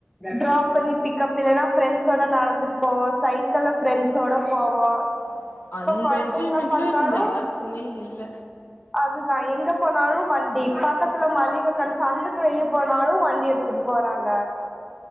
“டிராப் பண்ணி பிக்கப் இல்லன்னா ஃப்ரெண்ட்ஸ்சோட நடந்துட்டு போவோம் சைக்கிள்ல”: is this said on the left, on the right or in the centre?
Centre